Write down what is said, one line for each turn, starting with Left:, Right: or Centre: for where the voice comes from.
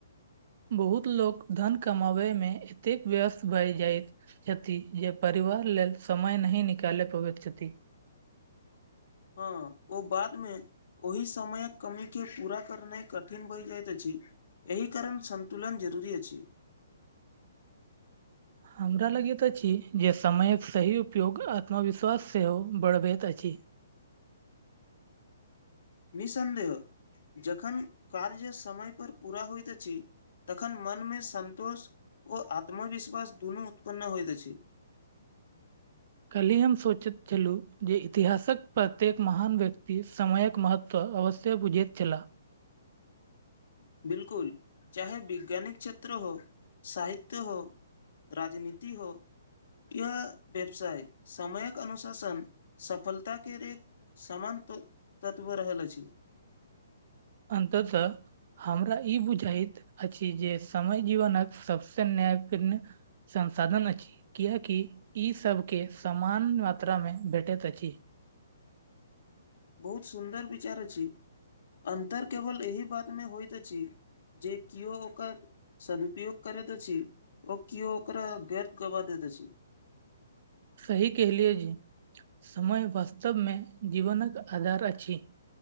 Right: बहुत लोक धन कमाबय में एतेक व्यस्त भएल जायत छथि, जे परिवार लेल समय नहि निकालि पबैत छथि।
Left: हाँ ओ बाद में ओहि समयक कमीके पूरा करनाइ कठिन भऽइ जाइत अछि। एहि कारण सन्तुलन जरूरी अछि।
Right: हमरा लगैत अछि जे समयक सही उपयोग आत्मविश्वास सेहो बढ़बैत अछि।
Left: निःसन्देह जखन कार्य समय पर पूरा होइत अछि। तखन मन में सन्तोष ओ आत्मविश्वास दुनू उत्पन्न होइत अछि।
Right: कल्हि हम सोचैत छलहुँ जे इतिहासक प्रत्येक महान व्यक्ति समयक महत्त्व तऽ अवश्ये बुझैत छला।
Left: बिल्कुल चाहे विज्ञानिक क्षेत्र हो साहित्य हो राजनीति हो या व्यवसाय समयक अनुशासन सफलता के रे एक समान त तत्व रहल अछि।
Right: अंतः हमरा ई बुझाइत अछि जे समय जीवनक सबसे न्यायपुर्ण संसाधन अछि, कियाकि ई सबके समान मात्रा में भेटैत अछि।
Left: बहुत सुन्दर बिचार अछि। अन्तर केवल एहि बात मऽ होइत अछि। जे कियो ओकर सदुपयोग करैत अछि, ओ कियो ओकरा व्यर्थ गवा दैत अछि।
Right: सही कहलियै जे समय वास्तव मे जीवनक आधार अछि।